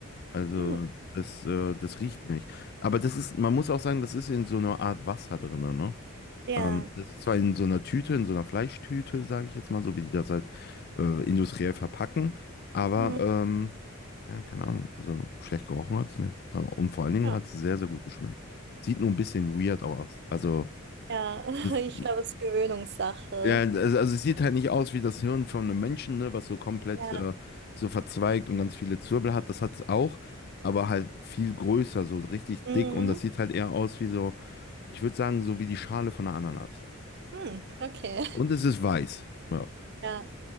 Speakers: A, on the left; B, on the right.
A: Also
B: Hm.
A: das, äh, das riecht nicht. Aber das ist, man muss auch sagen, das ist in so einer Art Wasser drin, ne?
B: Ja.
A: Ähm, das ist zwar in so einer Tüte, in so einer Fleischtüte, sage ich jetzt mal, so wie die das halt äh, industriell verpacken, aber
B: Mhm.
A: ähm, ja, keine Ahnung, also schlecht gerochen hat es nicht. Und vor allen Dingen
B: Ja.
A: hat es sehr, sehr gut geschmeckt. Sieht nur ein bisschen weird aus. Also
B: Ja. <laughs>
A: das,
B: Ich glaube, es ist Gewöhnungssache.
A: ja, also also es sieht halt nicht aus wie das Hirn von einem Menschen, ne, was so komplett
B: Ja.
A: äh, so verzweigt und ganz viele Zwirbel hat. Das hat es auch, aber halt viel größer, so richtig
B: Mhm.
A: dick. Und das sieht halt eher aus wie so, ich würde sagen, so wie die Schale von einer Ananas.
B: Hm. Okay. <laughs>
A: Und es ist weiß. Ja,
B: Ja.